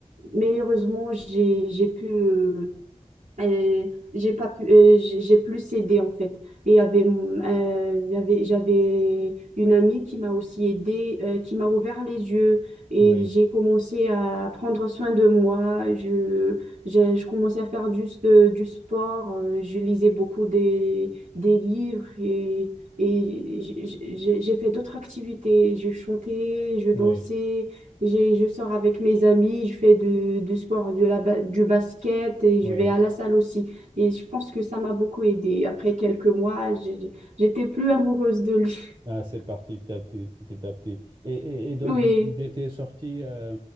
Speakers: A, on the right (about 75°); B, on the right (about 40°).
A: mais heureusement, j'ai, j'ai pu, euh, et j'ai pas pu, euh, j'ai j'ai plus aidé en fait. Et il y avait, mon- euh, il y avait- j'avais une amie qui m'a aussi aidée, euh, qui m'a ouvert les yeux et
B: oui,
A: j'ai commencé à prendre soin de moi. Je, je, je commençais à faire du, s- euh, du sport, euh, je lisais beaucoup des, des livres et, et j- j- j'ai j'ai fait d'autres activités. Je chantais, je dansais.
B: oui, oui,
A: J'ai- je sors avec mes amis, je fais du, du sport, de la, ba- du basket et je
B: oui.
A: vais à la salle aussi. Et je pense que ça m'a beaucoup aidée. Après quelques mois, j'ai- j'étais plus amoureuse de lui. <laughs>
B: Ah, c'est parti petit à petit. petit à petit. Et, et, et donc,
A: Oui,
B: vous étiez sortis, euh,